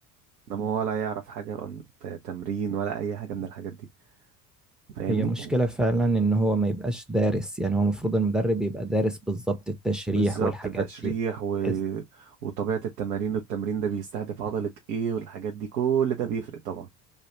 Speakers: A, on the right; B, in the centre.
A: ده ما هو ولا يعرف حاجة عن ت- تمرين ولا أي حاجة من الحاجات دي فاهمني
B: هي مشكلة فعلا ان هو ما يبقاش دارس يعني هو المفروض المدرب يبقى دارس بالظبط التشريح
A: بالظبط
B: والحاجات
A: تشريح
B: دي
A: و...
B: حز-
A: وطبيعة التمارين والتمرين ده بيستهدف عضلة ايه والحاجات دي كل ده بيفرق طبعا